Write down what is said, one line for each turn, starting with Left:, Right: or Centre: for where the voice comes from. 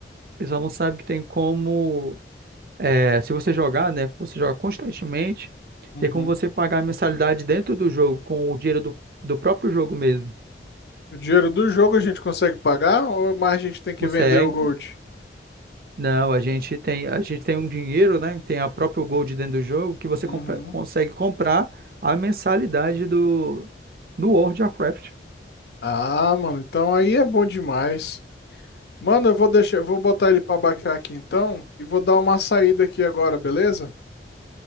Right: o pessoal não sabe que tem como, é, se você jogar, né? Você joga constantemente,
Left: Uhum.
Right: tem como você pagar a mensalidade dentro do jogo com o dinheiro do, do próprio jogo mesmo.
Left: O dinheiro do jogo a gente consegue pagar ou mais a gente tem que
Right: Consegue?
Left: vender o Gold?
Right: Não, a gente tem, a gente tem um dinheiro, né? Tem a própria Gold dentro do jogo que você
Left: Uhum.
Right: compra- consegue comprar a mensalidade do do World of Warcraft.
Left: Ah, mano, então aí é bom demais. Mano, eu vou deixar, eu vou botar ele pra baixar aqui então e vou dar uma saída aqui agora, beleza?